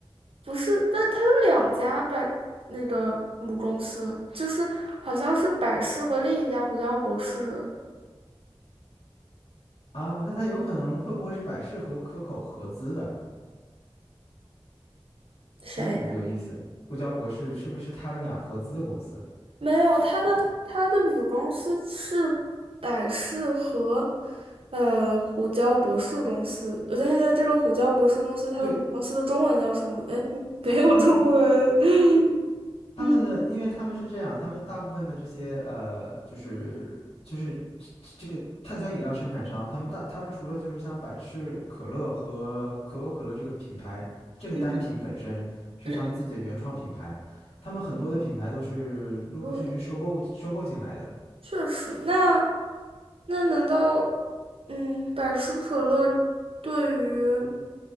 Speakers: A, on the right; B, on the left.
A: 不是，但它有两家百那个母公司，就是好像是百事和另一家胡椒博士，
B: 啊，那它有可能会不会是百事和可口合资的？
A: 谁呀
B: 嗯，有意思，胡椒博士是不是他们俩合资的公司？
A: 没有，它的它的母公司是百事和呃胡椒博士公司。我想一下，这个胡椒博士公司它的母公司的中文叫什么？
B: 对，
A: 哎，没有中文。
B: 他们
A: <laughs>
B: 他们的，
A: 嗯
B: 因为他们是这样，他们大部分的这些呃，就是就是这这个碳酸饮料生产商，他们大他们除了就是像百事可乐和可口可乐这个品牌，这个单品本身是他们自己的原创品牌，
A: 嗯嗯，嗯，
B: 他们很多的品牌都是陆陆续续收购收购进来的。
A: 对的，确实。那那难道，嗯，百事可乐对于